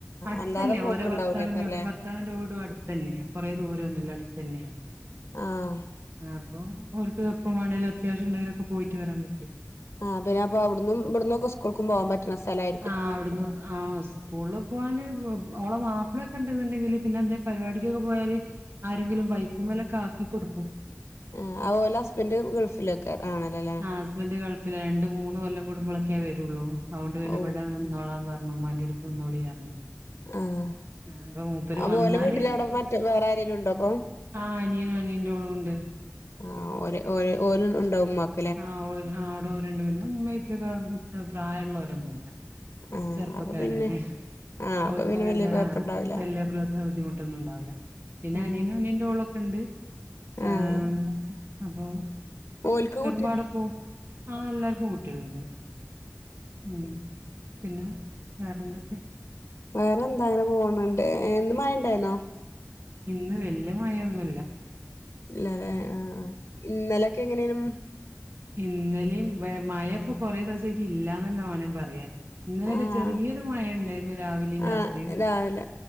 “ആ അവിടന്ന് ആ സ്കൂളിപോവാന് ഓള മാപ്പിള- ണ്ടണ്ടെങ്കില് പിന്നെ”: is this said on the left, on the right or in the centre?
Right